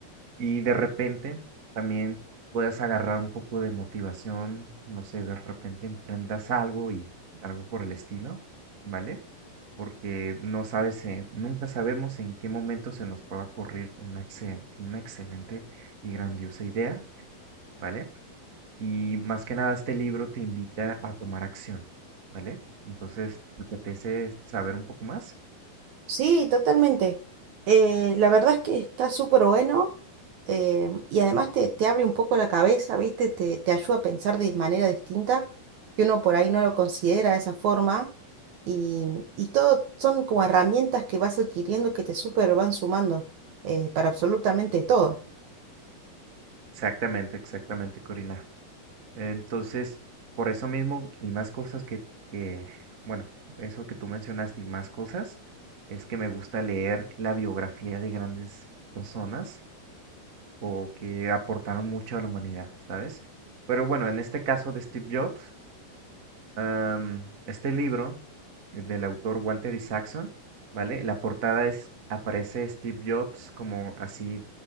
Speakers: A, on the right; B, on the right.
A: Y de repente también puedes agarrar un poco de motivación, no sé, de repente emprendas algo y algo por el estilo, ¿vale? Porque no sabes, en- nunca sabemos en qué momento se nos pueda ocurrir una, excel- una excelente y grandiosa idea, ¿vale? Y más que nada este libro te invita a tomar acción, ¿vale? Entonces, ¿te apetece saber un poco más?
B: Sí, totalmente. Eh, la verdad es que está súper bueno eh, y además te, te abre un poco la cabeza, ¿viste? Te, te ayuda a pensar de manera distinta, que uno por ahí no lo considera de esa forma. Y, y todo son como herramientas que vas adquiriendo que te súper van sumando eh, para absolutamente todo.
A: Exactamente, exactamente, Corina. Entonces, por eso mismo y más cosas que, que, bueno, eso que tú mencionaste y más cosas, es que me gusta leer la biografía de grandes personas o que aportaron mucho a la humanidad, ¿sabes? Pero bueno, en este caso de Steve Jobs, am, este libro eh, del autor Walter Isaacson, ¿vale? La portada es, aparece Steve Jobs como así